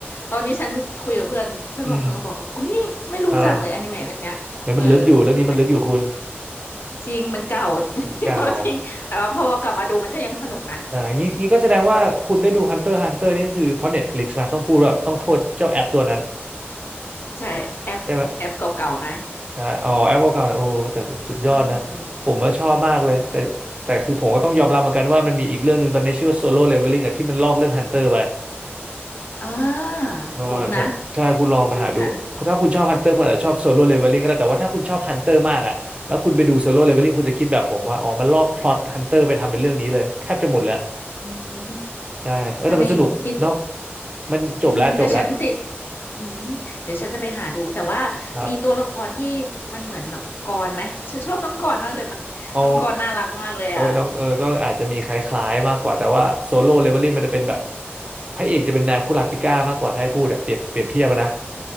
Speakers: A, on the left; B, on the right.
A: ตอนนี้ฉันคุยกับเพื่อนเพื่อนบางคนก็บอกว่าอุ้ยไม่รู้จักเลยอนิเมะเรื่องเนี้ยเออ
B: อืมอ่าเฮ้ยมันลึกอยู่เรื่องนี้มันลึกอยู่คุณ
A: ฉันจริงมันเก่า
B: เก่า
A: <laughs> จริงแต่ว่าพอว่ากลับมาดูมันก็ยังสนุกนะ
B: อ่างี้งี้ก็แสดงว่าคุณได้ดู Hunter x Hunter นี่ก็คือเพราะ Netflix มาต้องพูดว่าต้องโทษเจ้าแอปตัวนั้น
A: ใช่ แอปแอปเก่าๆหน่อย
B: ใช่ไหมใช่อ๋อแอปเก่าๆนะโอ้แต่สุดยอดนะผมว่าชอบมากเลยแต่แต่คือผมก็ต้องยอมรับเหมือนกันว่ามันมีอีกเรื่องหนึ่งตอนนี้ชื่อว่า
A: <laughs> อืมอืมอืมอืม
B: Solo Leveling อะที่มันลอกเรื่อง Hunter ไป
A: อ่า
B: ใช่ใช่ใช่คุณลองไปหาดู
A: คุ้นนะคุ้นนะ
B: ถ้าคุณชอบ Hunter คุณอาจจะชอบ Solo Leveling ก็ได้แต่ว่าถ้าคุณชอบ Hunter มากอะแล้วคุณไปดูโซโล่เลเวลลิ่งคุณจะคิดแบบผมว่าอ๋อมันลอกพล็อตฮันเตอร์ไปทำเป็นเรื่องนี้เลยแทบจะหมดแล้ว
A: อืม
B: ใช่ใช่เออแต่มันสนุกเนาะ
A: จะมีมีตัว
B: มันจบแล้วจบแล้ว
A: อืมแต่ฉันติด อืมเดี๋ยวฉันจะไปหาดูแต่ว่ามีตัวละครที่มันเหมือนน้องกรณ์ไหมฉันชอบน้องกรณ์มากเลยมันน้องกรณ์น่ารักมากเลยอ่ะ
B: ครับ อ๋อเออน้องเออก็อาจจะมีคล้ายๆมากกว่าแต่ว่าโซโล่เลเวลลิ่งมันจะเป็นแบบ
A: อืม
B: พระเอกจะเป็นนายคุราปิก้ามากกว่าถ้าให้พูดอะเปรียบเปรียบเทียบอะนะ
A: อื